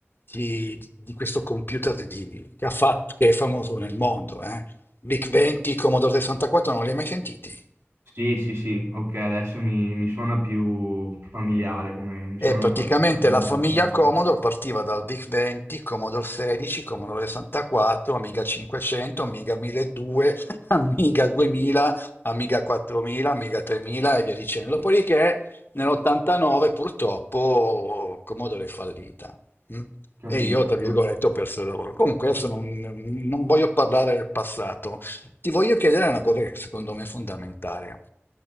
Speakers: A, on the left; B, on the right.
A: di, di questo computer di- che, ha fatto, che è famoso nel mondo. Eh? VIC-20, Commodore 64, non li hai mai sentiti?
B: sì, sì, sì, ok, adesso mi, mi suona più familiare come mi
A: E
B: suonano
A: praticamente
B: pa- più familiare.
A: la famiglia
B: come-
A: Commodore partiva dal VIC 20, Commodore 16, Commodore 64, Amiga 500, Amiga 1200, <laughs> Amiga 2000, Amiga 4000, Amiga 3000 e via dicendo. Dopodiché nell'89 purtroppo Commodore è fallita. mm?
B: Capisco.
A: E io, tra virgolette, ho perso il lavoro. Comunque adesso non, non voglio parlare del passato. Ti voglio chiedere una cosa che secondo me è fondamentale.